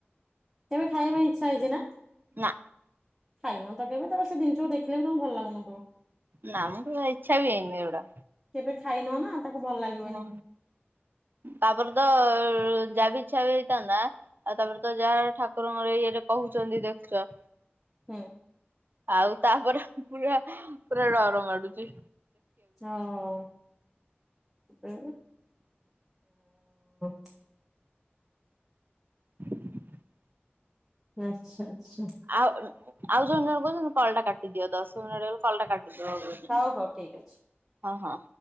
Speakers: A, in the centre; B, on the right.
A: କେବେ ଖାଇବା ପାଇଁ ଇଚ୍ଛା ହେଇଛି ନା?
B: ନା।
A: ଖାଇନହ ତ କେବେ ତାପରେ ସେ ଜିନିଷକୁ ଦେଖିଲେ ବି ତମକୁ ଭଲ ଲାଗୁନଥିବ।
B: ନାମ କେବେ ଇଚ୍ଛା ବି ହେଇନି ଏଗୁଡ଼ା।
A: କେବେ ଖାଇନ ନା ତାକୁ ଭଲ ଲାଗେ
B: ହଁ ତାପରେ ତ ଜାବି ଇଛା ବି ହେଇଥାନ୍ତା। ଆଉ ତାପରେ ତ ଯାହା ଏ ଠାକୁରଙ୍କର ଇଏରେ କହୁଛନ୍ତି ଦେଖୁଛ।
A: ହୁଁ
B: ଆଉ ତାପରେ ପୁରା ପୁରା ଡର ମାଡ଼ୁଚି।
A: ହଁ ହ <unintelligible>
B: ହ <inaudible>
A: ଆଛା ଆଚ୍ଛା
B: ଆଉ ଆଉ ଜଣେ ଜଣେ କହୁଛନ୍ତି କଲଟା କାଟିଦିଅ ଦଶ ମିନଟ ରଇବ କଲଟା କାଟି
A: ହଉ ହଉ
B: <inaudible>
A: ଠିକ ଅଛି।
B: ହଁ ହଁ